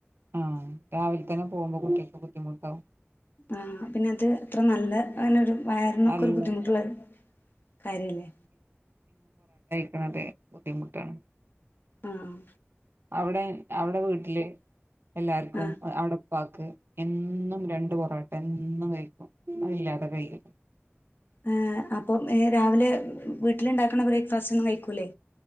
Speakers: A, on the right (about 55°); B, on the left (about 50°).
A: ആഹ് രാവിലെ തന്നെ പോകുമ്പോ കുട്ടികൾക്ക് ബുദ്ധിമുട്ടാവും
B: ആഹ് പിന്നത് അത്ര നല്ല അങ്ങനൊരു വയറിനൊക്കെ
A: അല്ല
B: ഒരു ബുദ്ധിമുട്ടുള്ളൊരു കാര്യം അല്ലേ
A: ക്കണത് ബുദ്ധിമുട്ടാണ്
B: ആഹ്
A: അവിടെ അവിടെ വീട്ടില് എല്ലാർക്കും
B: ആ
A: അവിടെ പ്പാക്ക് എന്നും രണ്ട് പൊറോട്ട എന്നും കഴിക്കും അത് ല്ലാതെ കഴിയില
B: ആ അപ്പം രാവിലെ വീട്ടിലുണ്ടാക്കണ ബ്രേക്ക്ഫാസ്റ്റ് ഒന്നും കഴിക്കൂലേ?